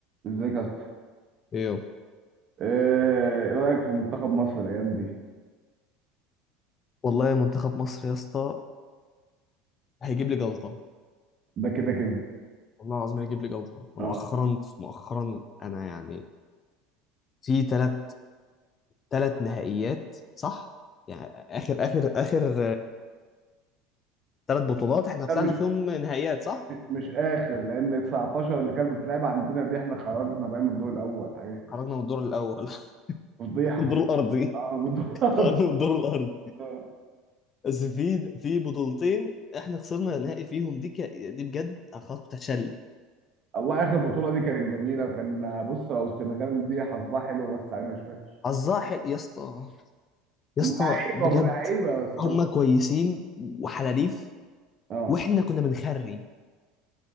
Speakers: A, on the right; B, on the left.
A: ازيك يا اسطى
B: ايه يابا؟
A: ايه إيه رايك في منتخب مصر الايام دي
B: والله منتخب مصر يا اسطى هيجيب لي جلطه
A: ده كده كده
B: والله العظيم هيجيب لي جلطه مؤخرا
A: اه
B: مؤخرا انا يعني في ثلاث ثلاث نهائيات صح يعني اخر اخر اخر ثلاث بطولات احنا طلعنا
A: ده مش
B: فيهم نهائيات صح
A: مش اخر لان 19 اللي كانت بتلعب عندنا دي احنا خرجنا بقى من الدور الاول حاجه كده
B: خرجنا من الدور الاول
A: فضيحه
B: <laughs> الدور الارضي
A: اه من الدور
B: خرجنا من الدور
A: <laughs>
B: الارضي
A: آه.
B: بس في في بطولتين احنا خسرنا نهائي فيهم دي ك... دي بجد أخ- كنت هتشل
A: الله اخر بطوله دي كانت جميله وكان بص هو السنغال دي حظها حلو بس عينها شويه
B: حظها حلو يا اسطى يا
A: هم
B: اسطى
A: لعيبه
B: بجد
A: هم لعيبه بس حظ
B: هم كويسين وحلاليف
A: اه
B: واحنا كنا بنخري